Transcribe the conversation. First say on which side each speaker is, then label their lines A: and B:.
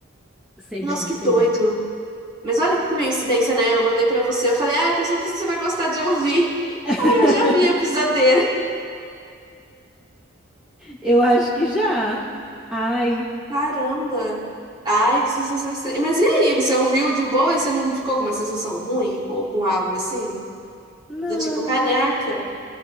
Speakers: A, in the centre; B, on the right (about 25°).
A: sei
B: Nossa,
A: bem,
B: que
A: sei
B: doido.
A: bem.
B: Mas olha que coincidência, né? Eu mandei pra você, eu falei, ah, eu tenho certeza que você vai gostar de ouvir. <laughs>
A: <laughs>
B: Aí eu já vi a pisadeira.
A: Eu acho que já. Ai,
B: Caramba. Ai, que sensação estranha. Mas e aí, você ouviu de boa e você não ficou com uma sensação ruim ou com algo assim?
A: não.
B: Do tipo, caraca,